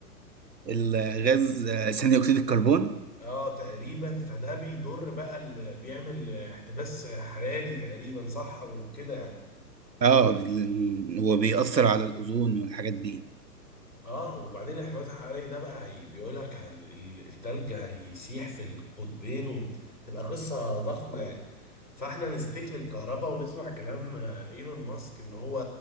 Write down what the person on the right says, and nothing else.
الغاز آه، ثاني اكسيد الكربون
اه ال- هو بيأثر على الاوزون والحاجات دي